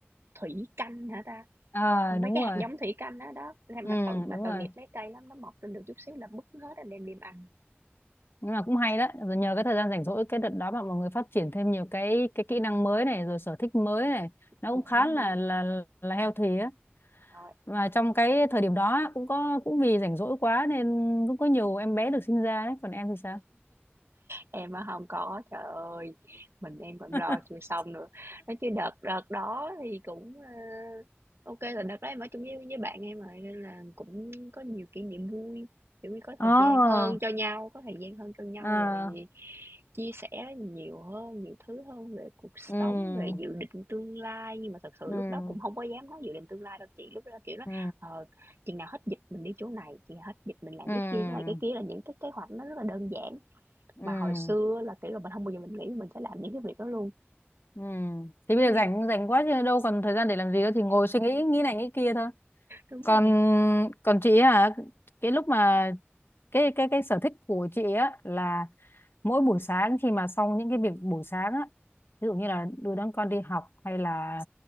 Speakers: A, on the right; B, on the left.
A: thủy canh hả ta?
B: à
A: mấy
B: đúng
A: cái
B: rồi
A: hạt giống thủy canh đó đó Thế mà
B: ừ
A: tội mà
B: đúng rồi
A: tội nghiệp mấy cây lắm nó mọc lên được chút xíu là bứt hết anh đem đi ăn
B: nhưng mà cũng hay đó rồi nhờ cái thời gian rảnh rỗi cái đợt đó mà mọi người phát triển thêm nhiều cái cái kỹ năng mới này rồi sở thích mới này nó
A: dạ
B: cũng khá
A: đúng
B: là
A: rồi
B: là là healthy á
A: Trời
B: và trong cái thời điểm đó á, cũng có cũng vì rảnh rỗi quá nên cũng có nhiều em bé được sinh ra đấy còn em thì sao
A: Em á không có, trời ơi, mình em còn
B: <laughs>
A: lo chưa xong nữa. Nói chứ đợt đợt đó thì cũng, ơ, ô là đợt đó em ở chung với với bạn em rồi nên là cũng có nhiều kỷ niệm vui, kiểu như, có
B: Ồ,
A: thời gian hơn cho nhau, có thời gian hơn cho nhau
B: à,
A: rồi chia sẻ nhiều hơn, nhiều thứ hơn về cuộc sống,
B: ừ,
A: về dự định tương lai. Nhưng mà thật sự
B: ừ,
A: lúc đó cũng không có dám nói dự định tương lai đâu chị, lúc đó, kiểu, nói:
B: ừ,
A: "Ờ, chừng nào hết dịch mình đi chỗ này, chừng nào hết dịch mình làm
B: ừ,
A: cái kia." Cái này cái kia là những cái kế hoạch nó rất là đơn giản.
B: ừ,
A: Mà hồi xưa là, kiểu là, mình không bao giờ mình nghĩ mình sẽ làm những cái việc đó luôn,
B: ừ. Thế
A: giống
B: bây
A: như
B: giờ rảnh
A: là
B: rảnh quá chứ đâu còn thời gian để làm gì nữa thì ngồi suy nghĩ nghĩ này nghĩ kia thôi.
A: đúng
B: Còn
A: rồi,
B: còn chị ấy hả? Cái lúc mà cái cái cái sở thích của chị á là mỗi buổi sáng khi mà xong những cái việc buổi sáng á ví dụ như là đưa đón con đi học hay là